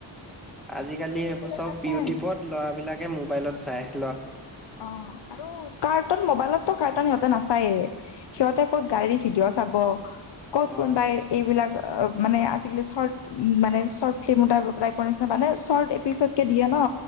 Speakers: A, in the centre; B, on the left (about 60°).
A: আজিকালি সেইবোৰ
B: এইবিলাক
A: চব
B: নাচায়
A: ইউটিউবত ল'ৰাবিলাকে মোবাইলত চায়।
B: অ আৰু কাৰ্টুন, মোবাইলতটো কাৰ্টুন সিহঁতে নাচায়ে। সিহঁতে ক'ত গাড়ী ভিডিঅ' চাব। ক'ত
A: অ
B: কোনবাই এইবিলাক মানে আজিকালি চৰ্ট উ' মানে চৰ্ট ফিল্ম টাইপ টাইপৰ নিচিনা মানে চৰ্ট এপিচডকে দিয়ে ন'